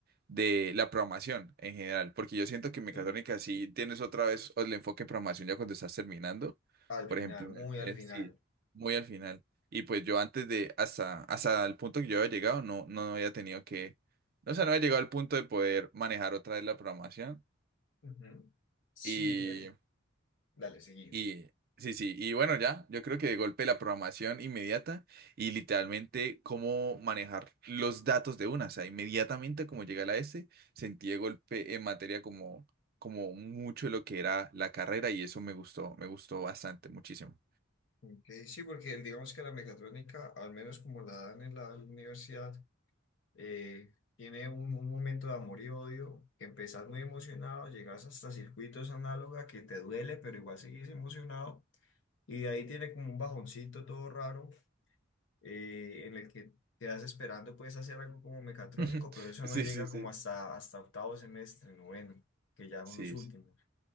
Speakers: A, on the right; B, on the left.
A: de la programación en general, porque yo siento que en mecatrónica
B: Sí.
A: sí tienes otra vez el enfoque de programación ya cuando estás terminando,
B: Al
A: por
B: final,
A: ejemplo,
B: muy
A: es,
B: al final.
A: sí, muy al final. Y pues yo antes de, hasta, hasta el punto que yo había llegado, no, no había tenido que, no, sé, no había llegado al punto de poder manejar otra vez la programación.
B: Ujú. Sí,
A: y
B: el... dale, seguido.
A: y sí, sí, y bueno, ya, yo creo que de golpe la programación inmediata y literalmente cómo manejar los datos de una, o sea, inmediatamente como llegué a la S, sentí de golpe en materia como, como mucho lo que era la carrera y eso me gustó, me gustó bastante, muchísimo.
B: Ok, sí, porque el- digamos que la mecatrónica, al menos como la dan en la universidad, eh, tiene un, un momento de amor y odio, que empezás muy emocionado, llegas hasta circuitos análoga que te duele, pero igual seguís emocionado, y de ahí tiene como un bajoncito todo raro, eh, en el que quedas esperando, puedes hacer algo como mecatrónico,
A: <laughs>
B: pero eso
A: Sí,
B: no llega
A: sí, sí.
B: como hasta, hasta octavo semestre, noveno, que ya son
A: Sí,
B: los últimos.
A: sí,